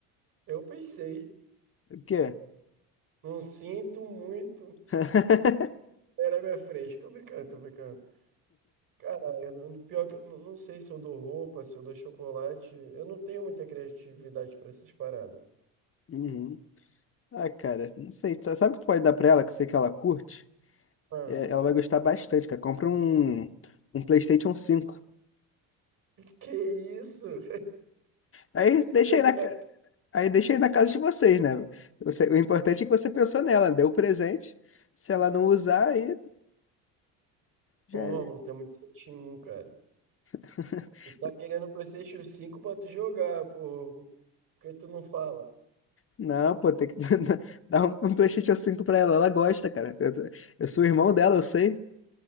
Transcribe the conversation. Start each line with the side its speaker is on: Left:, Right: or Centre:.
Right: Eu pensei.
Left: O quê?
Right: Não sinto muito.
Left: <laughs>
Right: Era minha frente. Tô brincando, tô brincando. Cara, eu não, pior que eu não, não sei se eu dou roupa, se eu dou chocolate. Eu não tenho muita criatividade pra essas paradas.
Left: Uhum. Ah, cara, não sei. Sa- Sabe o que tu pode dar pra ela, que eu sei que ela curte?
Right: Ah,
Left: É, ela vai gostar bastante, cara. Compra um, um PlayStation cinco.
Right: que isso?
Left: Aí deixa
Right: <laughs>
Left: aí na. Aí deixei na casa de vocês, né? Você- o importante é que você pensou nela, deu o presente. Se ela não usar, aí já.
Right: Ô, Romulo,
Left: é.
Right: tem muito um cara.
Left: <laughs>
Right: Tu tá querendo o PlayStation 5 pra tu jogar, pô. Por que tu não fala?
Left: Não, pô, tem que <laughs> dar um, um PlayStation cinco pra ela. Ela gosta, cara. Eu, tô- eu sou o irmão dela, eu sei.